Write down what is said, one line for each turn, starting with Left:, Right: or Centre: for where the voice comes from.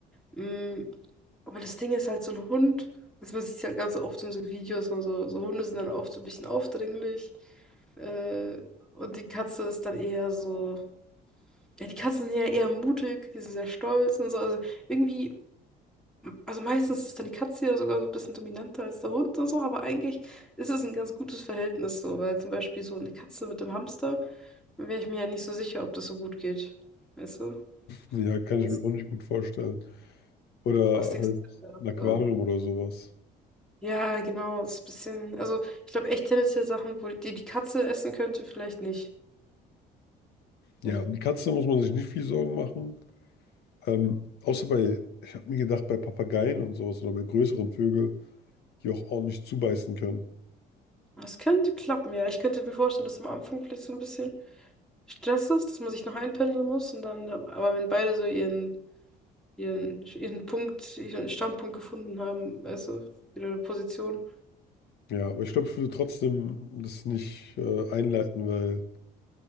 Centre: mh, weil das Ding ist halt so ein Hund, also man sieht es halt ganz oft in so Videos und so, so Hunde sind dann oft so ein bisschen aufdringlich Äh, und die Katze ist dann eher so. Ja, die Katzen sind ja eher mutig, die sind sehr stolz und so. Also irgendwie, also meistens ist dann die Katze ja sogar so ein bisschen dominanter als der Hund und so, aber eigentlich ist es ein ganz gutes Verhältnis so, weil zum Beispiel so eine Katze mit dem Hamster, wäre ich mir ja nicht so sicher, ob das so gut geht. Weißt du?
Left: Ja, kann
Centre: Was,
Left: ich mir auch nicht gut vorstellen. Oder
Centre: was denkst
Left: halt
Centre: du da
Left: ein Aquarium
Centre: so?
Left: oder sowas.
Centre: Ja, genau, das ist ein bisschen. Also ich glaube echt tendenziell Sachen, wo die, die Katze essen könnte, vielleicht nicht.
Left: Ja,
Centre: So.
Left: um die Katze muss man sich nicht viel Sorgen machen. Ähm, außer bei, ich habe mir gedacht, bei Papageien und sowas oder bei größeren Vögeln, die auch ordentlich zubeißen können.
Centre: Das könnte klappen, ja. Ich könnte mir vorstellen, dass am Anfang vielleicht so ein bisschen Stress ist, dass man sich noch einpendeln muss und dann, aber wenn beide so ihren, ihren, ihren Punkt, ihren Standpunkt gefunden haben, weißt du, ihre Position.
Left: Ja, aber ich glaube, ich würde trotzdem das nicht äh, einleiten, weil